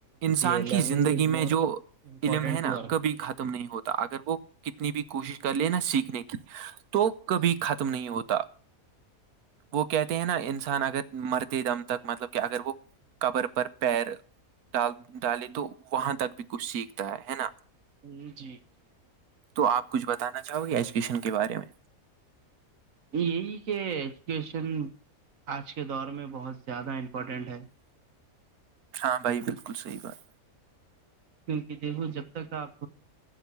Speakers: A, on the right (about 85°); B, on the right (about 65°).
A: انسان
B: لرننگ
A: کی زندگی
B: از
A: میں
B: مور
A: جو
B: امپورٹنٹ
A: علم ہے نا
B: ٹو ارنگ
A: کبھی ختم نہیں ہوتا اگر وہ کتنی بھی کوشش کر لے نا سیکھنے کی تو کبھی
B: جی
A: ختم نہیں ہوتا وہ کہتے ہیں نا انسان اگر مرتے دم تک مطلب کہ اگر وہ قبر پر پیر ڈال ڈالے تو وہاں تک بھی کچھ سیکھتا ہے ہے نا
B: ج جی جی ج
A: تو آپ کچھ بتانا چاہو گے ایجوکیشن کے بارے میں
B: یہی کہ ایجوکیشن آج کے دور میں بہت زیادہ امپورٹنٹ ہے
A: ہاں بھائی بالکل صحیح بات
B: کیونکہ دیکھو جب تک آپ